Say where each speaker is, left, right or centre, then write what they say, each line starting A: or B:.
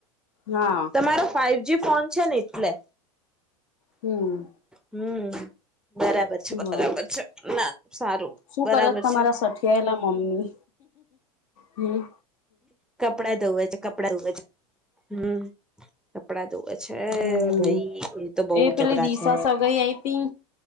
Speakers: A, on the left; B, in the centre.
A: હા
B: તમારો ફાઈવ જ ફોન છે ને એટલે.
A: હમ.
B: હમ બરાબર છે બરાબર
A: બ
B: છે ના સારું
A: શું
B: બરાબર
A: કરત તમારા
B: છે
A: સઠિયાયેલા મમ્મી હમ
B: કપડા ધોવે છે કપડા ધવે છે હમ કપડા ધવે છે. છે
A: હમ
B: ભાઈ એ તો બહ
A: પેલી
B: જબરા
A: દિશા
B: છે.
A: સગાઈ આઈ તી